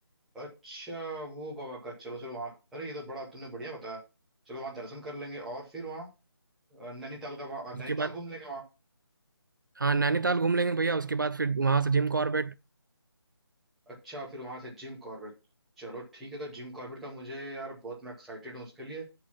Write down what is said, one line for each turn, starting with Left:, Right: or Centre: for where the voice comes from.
Centre: अच्छा वो बाबा का चलो चलो वहाँ अरे ये तो बड़ा तुमने बढ़िया बताया चलो वहाँ दर्शन कर लेंगे और फिर वहाँ अ, नैनीताल का वहाँ अ, नैनीताल
Right: उसके बाद
Centre: घूम लेंगे
Right: हाँ नैनीताल घूम लेंगे भैया उसके बाद फिर वहाँ से जिम कॉर्बेट
Centre: अच्छा फिर वहां से जिम कॉर्बेट चलो ठीक है तो जिम कॉर्बेट का मुझे यार बहुत मैं एक्साइटेड हूँ उसके लिए